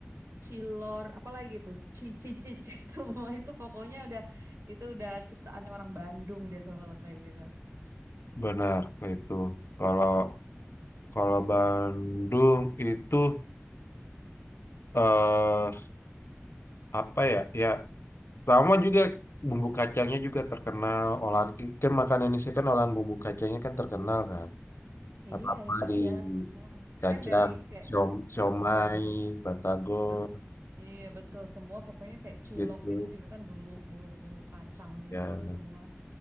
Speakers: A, on the right; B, on the left.
A: cilor, apalagi tuh, cici, cici, <laughs> semua itu pokoknya udah itu udah ciptaannya orang Bandung deh tuh kalau kayak gitu.
B: benar kayak itu. Kalau kalau Bandung itu eh apa ya? Ya Sama juga bumbu kacangnya juga terkenal. Olahan kan makanan Indonesia kan olahan bumbu kacangnya kan terkenal kan.
A: Iya,
B: Apa-apa
A: itu
B: di
A: dia. Mm-mm.
B: kacang,
A: Kan dari kayak
B: siom, siomay,
A: betul,
B: batagor
A: bet, iya betul semua pokoknya kayak cilok
B: gitu.
A: itu juga kan bumbu bumbu bumbu kacangnya
B: Ya
A: itu semua.